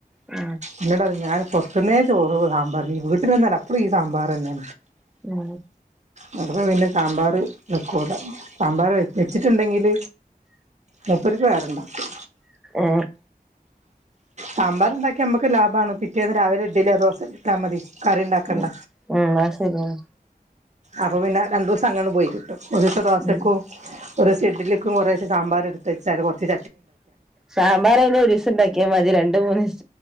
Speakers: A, in the centre; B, on the right.
A: അ
B: ന്നോട് പറയും ഞാൻ പൊറത്ത്ന്നേ ചോറും സാമ്പാറും ഞ്ഞി വീട്ടില് വെന്നാലും എപ്പളും ഈ സാമ്പാറെന്നെ
A: ആ
B: ഞമ്മള് പിന്നെ സാമ്പാർ വെക്കൂല സാമ്പാർ വെച്ചെച്ച്ട്ട്ണ്ടെങ്കിൽ മൂപ്പര്ക്ക് വേറെ ണ്ടാക്കും
A: എ
B: സാമ്പാർ ണ്ടാക്ക്യ നമ്മക്ക് ലാഭാണ് പിറ്റേന്ന് രാവിലെ ഇഡ്ഡല്യോ ദോശ ട്ടാ മതി കറി ണ്ടാക്കണ്ട
A: ഉം ഉം അത് ശരിയാണ്
B: അപ്പൊ പിന്നെ രണ്ടുസ് ങ്ങന പോയി കിട്ടും ഒരൂസം ദോശക്കും
A: ഉം
B: ഒരൂസം ഇഡ്ഡ്ലിക്കും കുറേശെ സാമ്പാർ ഇട്ത്ത് വെച്ചാൽ കൊറച്ച്
A: സാമ്പാർ അയിന് ഒരീസം ണ്ടാക്ക്യ മതി രണ്ട് മൂന്നീസം